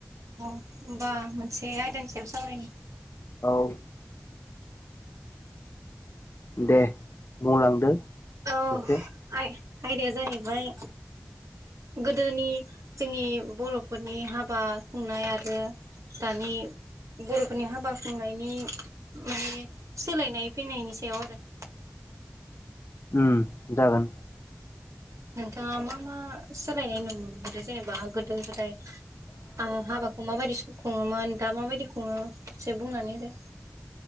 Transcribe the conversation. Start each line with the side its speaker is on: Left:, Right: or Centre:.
Right: अ होनोमबा मोनसे आयदानि सायाव सावरायनो।
Left: औ। दे बुंलांदो।
Right: औ
Left: एसे
Right: आय आयदाया जाहैबाय। गोदोनि जोंनि बर'फोरनि हाबा खुंनाय आरो। दानि बर'फोरनि हाबा खुंनायनि माने सोलायनाय फैनायनि सायाव आरो। <inaudible>
Left: उम जागोन
Right: नोंथाङा मा मा सोलायनाय नुनो मोनदों जेनेबा गोदो गोदाय। ओ हाबाखौ माबायदि स खुङोमोन दा माबायदि खुङो एसे बुंनानै होदो